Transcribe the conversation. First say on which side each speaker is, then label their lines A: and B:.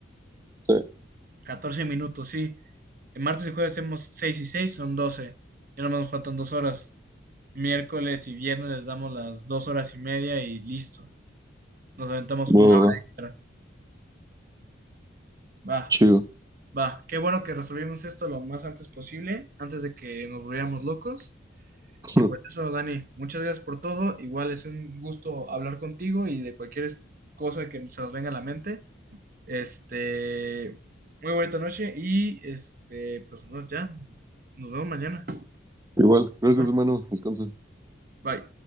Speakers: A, on the right; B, on the right.
A: sí,
B: catorce minutos, sí. En martes y jueves hacemos seis y seis son doce Y nada más nos faltan dos horas. Miércoles y viernes les damos las dos horas y media y listo. Nos aventamos una
A: va, va,
B: hora
A: va,
B: extra. Va,
A: chido.
B: va. Qué bueno que resolvimos esto lo más antes posible, antes de que nos volviéramos locos.
A: <laughs>
B: Y por eso, Dani, muchas gracias por todo. Igual es un gusto hablar contigo y de cualquier es- cosa que se nos venga a la mente. Este, muy bonita noche y este, pues no, ya, nos vemos mañana.
A: Igual, gracias
B: Ah,
A: hermano, descansa.
B: Bye.